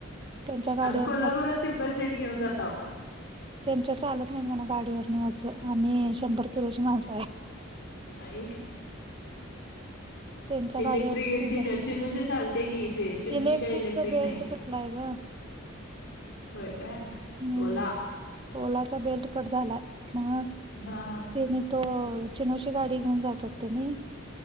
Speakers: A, on the right; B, on the left.
A: त्यांच्या गाडीवर
B: आम्ही कोल्हापुरात तिब्बल सीट घेऊन जाताव.
A: त्यांच्यात चालत नाहीत म्हण, गाडीवरन आस आम्ही शंभर किलोची माणसं आहे.
B: आई
A: त्यांच्या
B: इलेक्ट्रिक
A: गाडीवर ती
B: चिनू
A: ब
B: चिनूची चालते की चे चिनूची
A: इलेक्ट्रिकचा
B: काही इलेक्ट्रिक
A: बेल्ट
B: नाही.
A: तुटलाय ग
B: होय काय
A: हम्म
B: ओला.
A: ओलाचा बेल्ट कट झालाय मग
B: हा हा.
A: तेनी तो चिनुची गाडी घेऊन जातात तेनी.